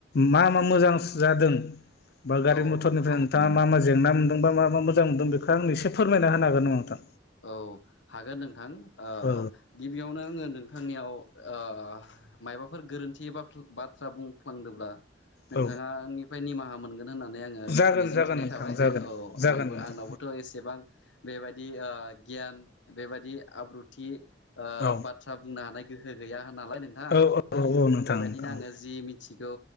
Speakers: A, on the left; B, on the left.
A: मा मा मोजां जादों बा गारि
B: औ औ
A: मथरनिफ्राय
B: नोंथां
A: नोंथाङा मा मा जेंना मोनदोंबा मा मा मोजां मोनदों बेखौ आं एसे फोरमायना होनो हागोन नामा नोंथां?
B: औ हागोन नोंथां ओ
A: औ
B: गिबियावनो आङो नोंथांनियाव ओ मायबाफोर गोरोन्थि एबा बाथ्रा बुंफ्लांदोंब्ला नोंथाङानिफ्राय
A: औ
B: निमाहा मोन गोन होननानै आङो
A: जागोन
B: मिजिंथिनाय
A: जागोन नोंथां
B: थाबाय
A: जागोन
B: औ
A: जागोन
B: आंबो
A: नोंथां
B: आंनावबोथ' एसेबां बेबायदि ओ गियान बेबायदि आब्रुथि ओ
A: औ
B: बाथ्रा बुंनो हानाय गोहो गैया। नालाय नोंथां
A: औ औ औ नोंथां
B: बेबायदिनो
A: नोंथां
B: आङो
A: औ
B: जि मिथिगौ